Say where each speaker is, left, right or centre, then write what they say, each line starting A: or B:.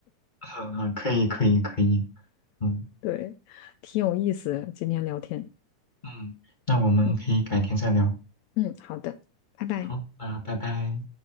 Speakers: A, on the left; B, on the left.
A: <laughs> 嗯嗯，可以可以可以，嗯
B: 对，挺有意思的。今天聊天，
A: 嗯，那我们可以改天再聊。
B: 嗯嗯，好的，拜拜。
A: 好，那拜拜。